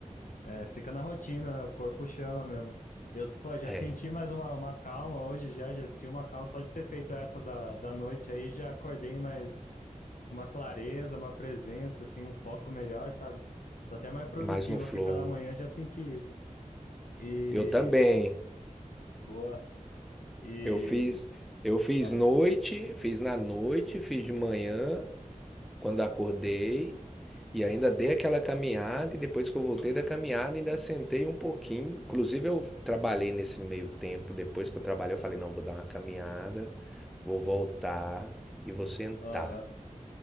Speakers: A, on the left; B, in the centre.
A: é, fica na rotina, né, o corpo chama mesmo. Eu, pô, já
B: É,
A: senti mais uma, uma calma hoje, já, já senti uma calma só de ter feito essa da, da noite aí, já acordei mais uma clareza, uma presença, assim, um foco melhor, sabe? Tô até mais produtivo
B: mais no flow.
A: aqui pela manhã, já senti isso. E
B: Eu também.
A: boa. E
B: Eu fiz, eu fiz
A: falei,
B: noite, fiz na noite, fiz de manhã. Quando acordei e ainda dei aquela caminhada, e depois que eu voltei da caminhada, ainda sentei um pouquinho. Inclusive, eu trabalhei nesse meio tempo. Depois que eu trabalhei, eu falei: não, vou dar uma caminhada, vou voltar e vou sentar.
A: aham,